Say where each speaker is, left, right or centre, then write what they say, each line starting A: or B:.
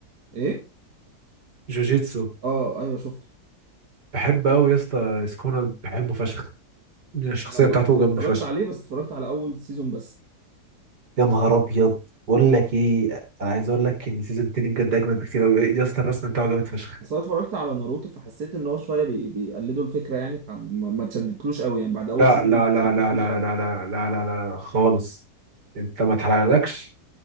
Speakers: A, on the right; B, on the right.
A: ايه
B: جوجيتسو
A: اه ايوه شفته
B: بحب قوي يا اسطى سكونر بحبه فشخ الشخصيه
A: انا ما...
B: بتاعته
A: انا
B: جامده
A: اتفرجت
B: فشخ
A: عليه بس اتفرجت على اول سيزون بس
B: يا نهار ابيض بقول لك ايه انا عايز اقول لك ان سيزون 2 بجد اجمد بكتير قوي يا اسطى الرسم بتاعه جامد فشخ
A: بس انا اتفرجت على ناروتو فحسيت ان هو شويه بي... بيقلدوا الفكره يعني فما ما اتشدتلوش قوي يعني بعد اول
B: لا
A: سيزون
B: لا
A: ما اتشدتلوش
B: لا لا لا
A: قوي
B: لا لا لا لا لا لا خالص انت ما تحرقلكش